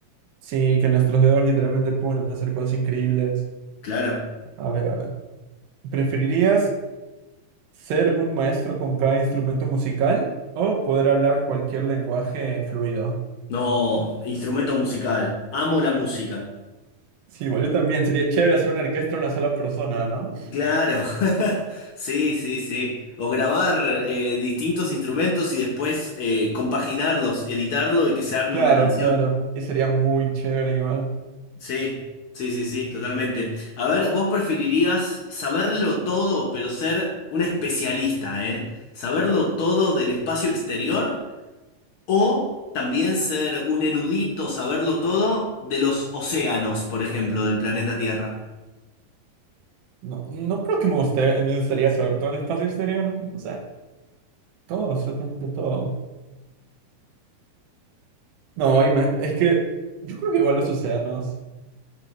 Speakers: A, on the right; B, on the left.
A: sí, que nuestros dedos literalmente pueden hacer cosas increíbles.
B: Claro.
A: A ver, a ver. ¿Preferirías ser un maestro con cada instrumento musical o poder hablar cualquier lenguaje fluido?
B: No, instrumento musical. Amo la música.
A: Sí, igual yo también. Sería chévere hacer una orquesta en una sola persona, ¿no?
B: Claro. <laughs> Sí, sí, sí. O grabar eh, distintos instrumentos y después eh, compaginarlos, editarlo y que se arme
A: Claro,
B: una canción.
A: claro. Y sería muy chévere igual.
B: Sí, sí, sí, sí, totalmente. A ver, vos preferirías saberlo todo, pero ser un especialista, ¿eh? Saberlo todo del espacio exterior o también ser un erudito, saberlo todo de los océanos, por ejemplo, del planeta Tierra.
A: No, no creo que me guste, me gustaría saber todo el espacio exterior. O sea, todo, absolutamente todo. No, ima- es que yo creo que igual los océanos.